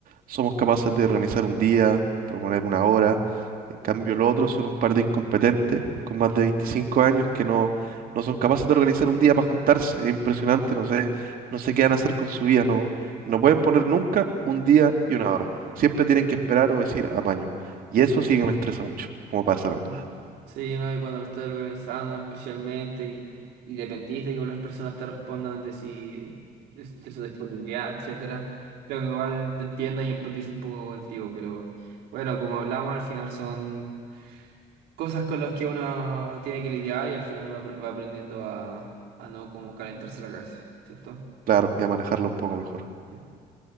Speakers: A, on the right; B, on the right.
A: somos capaces de organizar un día, proponer una hora. En cambio, los otros son un par de incompetentes con más de 25 años que no, no son capaces de organizar un día para juntarse. Es impresionante, no sé, no sé qué van a hacer con su vida. No, no pueden poner nunca un día y una hora. Siempre tienen que esperar o decir amaño. Y eso sí que me estresa mucho, como para cerrar.
B: Mm. Sí, ¿no? Y cuando lo estás organizando especialmente y, y dependís de que las personas te respondan de si de, de su disponibilidad, etcétera. Creo que igual te entiendo y empatizo un poco contigo, pero bueno, como hablamos, al final son cosas con las que uno tiene que lidiar y al final va, va aprendiendo a, a no como calentarse la cabeza, ¿cierto?
A: Claro, voy a manejarlo un poco mejor.
B: Sí.